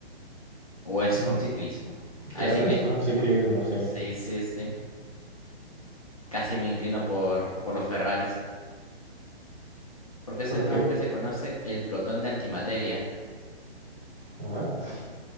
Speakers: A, on the left; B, on the right.
A: O es
B: Mm,
A: con ciclismo. A
B: creo
A: ver, ciclismo.
B: que es con ciclismo, sí.
A: Sí, sí, sí. Casi me inclino por, por los Ferraris. Porque ese
B: Porque,
A: nombre se conoce el protón de antimateria.
B: what?